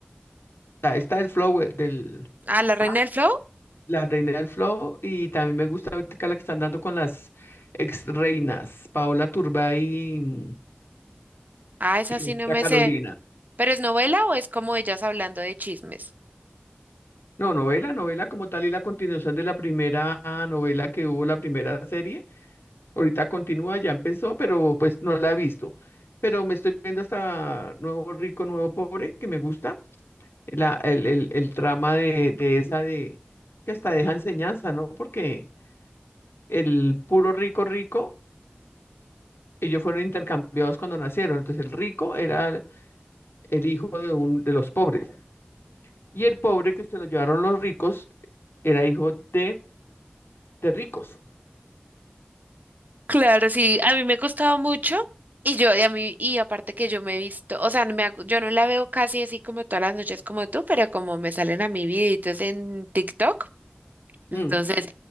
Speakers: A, on the left; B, on the right.
A: la- esta del flower, del,
B: Ah, La Reina
A: ah,
B: del Flow.
A: la reina del flow. Y también me gusta ahorita la que están dando con las ex reinas, Paola Turbay y,
B: Ah, esa
A: y
B: sí no
A: la
B: me
A: Carolina.
B: sé. ¿Pero es novela o es como ellas hablando de chismes?
A: No, novela, novela como tal y la continuación de la primera novela que hubo, la primera serie. Ahorita continúa, ya empezó, pero pues no la he visto. Pero me estoy viendo hasta Nuevo Rico, Nuevo Pobre, que me gusta. La, el, el, el trama de, de esa de que hasta deja enseñanza, ¿no? Porque el puro rico rico, ellos fueron intercambiados cuando nacieron. Entonces el rico era el hijo de un, de los pobres. Y el pobre que se lo llevaron los ricos era hijo de, de ricos.
B: Claro, sí, a mí me costaba mucho y yo, y a mí, y aparte que yo me he visto, o sea, no me, hago- yo no la veo casi así como todas las noches como tú, pero como me salen a mi videitos en TikTok, entonces
A: Mm.